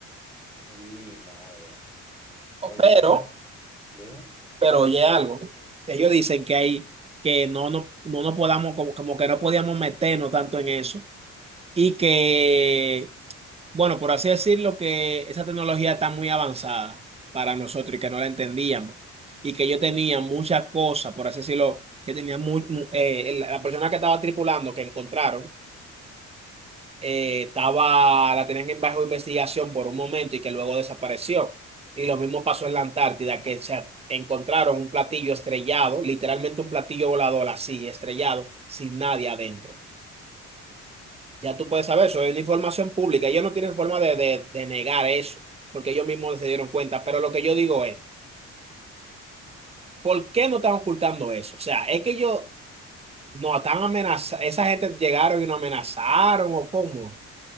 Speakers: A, in the centre; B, on the right (about 20°).
A: Ay, mi madre. Oye,
B: Pero,
A: mira, dime,
B: pero oye algo, ellos dicen que hay, que no, nos no, no nos podamos, como, como que no podíamos meternos tanto en eso. Y que Bueno, por así decirlo, que esa tecnología está muy avanzada para nosotros y que no la entendíamos. Y que yo tenía muchas cosas, por así decirlo, que tenía muy, eh, la la persona que estaba tripulando, que encontraron, eh, estaba, la tenían en bajo investigación por un momento y que luego desapareció. Y lo mismo pasó en la Antártida, que se encontraron un platillo estrellado, literalmente un platillo volador así, estrellado, sin nadie adentro. Ya tú puedes saber eso, es una información pública. Ellos no tienen forma de, de- de negar eso, porque ellos mismos se dieron cuenta. Pero lo que yo digo es, ¿por qué no están ocultando eso? O sea, es que ellos no están amenazando, esa gente llegaron y nos amenazaron o cómo.